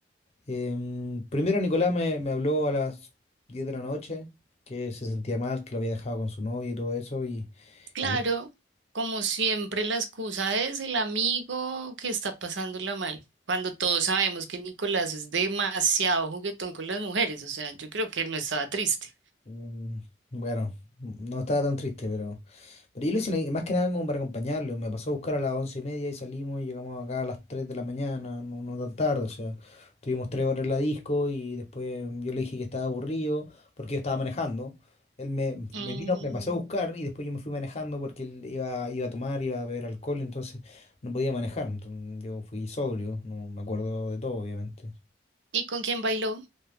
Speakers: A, on the left; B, on the right.
A: Em, primero Nicolás me, me habló a las 10 de la noche que se sentía mal, que lo había dejado con su novia y todo eso y,
B: Claro,
A: y bueno,
B: como siempre, la excusa es el amigo que está pasándola mal. Cuando todos sabemos que Nicolás es demasiado juguetón con las mujeres, o sea, yo creo que él no estaba triste.
A: mm, bueno, no estaba tan triste, pero... Pero yo lo hice na- más que nada como para acompañarlo. Me pasó a buscar a las once y media y salimos y llegamos acá a las 3 de la mañana, no, no tan tarde. O sea, tuvimos tres horas en la disco y después yo le dije que estaba aburrido porque yo estaba manejando. Él me,
B: Mm,
A: me vino, me pasó a buscar y después yo me fui manejando porque él iba, iba a tomar, iba a beber alcohol, entonces no podía manejar. Entonces yo fui sobrio, no me acuerdo de todo, obviamente.
B: ¿Y con quién bailó?